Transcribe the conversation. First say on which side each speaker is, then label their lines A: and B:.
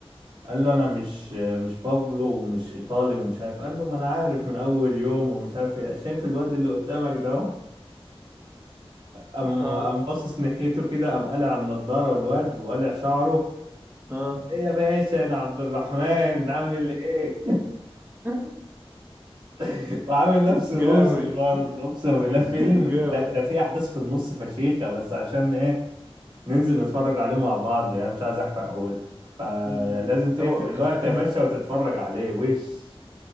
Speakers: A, on the right (about 50°); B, on the right (about 20°).
A: قال له انا مش مش بابلو ومش ايطالي ومش عارف قال له ما انا عارف من اول يوم ومش عارف ايه شايف الواد اللي قدامك ده أهو؟ قام
B: اه
A: قام باصص ناحيته كده قام قالع النضاره والواد وقالع شعره
B: اه
A: ايه يا باشا انا عبد الرحمن عامل ايه
B: <laughs>
A: <laughs> وعامل نفسه
B: جامد
A: روسي برضه
B: <laughs>
A: اقسم بالله فيلم
B: جامد
A: ده ده فيه احداث في النص فشيخه بس عشان ايه ننزل نتفرج عليه مع بعض يعني مش عايز احرقهولك فلازم
B: أمم،
A: تقفل
B: أو
A: الوقت
B: <laughs>
A: يا باشا وتتفرج عليه وش